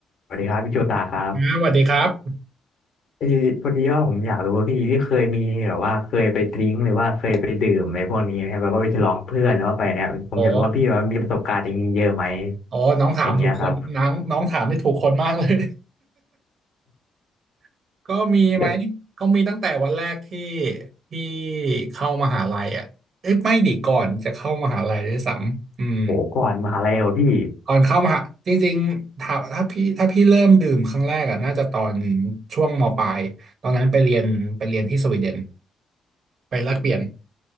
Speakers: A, on the left; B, on the right.
A: สวัสดีครับพี่โชตาครับ
B: นะสวัสดีครับ
A: เออพอดีว่าผมอยากรู้ว่าพี่พี่เคยมีแบบว่าเคยไปดริ้งหรือว่าเคยไปดื่มอะไรพวกนี้ไหมครับแบบว่าไปฉลองกับเพื่อนแล้วว่าไปเนี่ยผมอยากรู้ว่าพี่ว่ามีประสบการณ์อย่างนี้เยอะไหม
B: โอ้โอ้น้องถามถูกคนน้องน้องถามได้ถูกคนมากเลย
A: อย่างเงี้ยครับ
B: <laughs> ก็มีไหม
A: เด็ก
B: ก็มีตั้งแต่วันแรกที่ที่เข้ามหาลัยอ่ะเอ้ยไม่ดิก่อนจะเข้ามหาลัยด้วยซ้ำอืม
A: โหก่อนมหาลัยเหรอพี่
B: ก่อนเข้ามหาจริงๆถ้าถ้าพี่ถ้าพี่เริ่มดื่มครั้งแรกอ่ะน่าจะตอนช่วงมปลายตอนนั้นไปเรียนไปเรียนที่สวีเดนไปแลกเปลี่ยน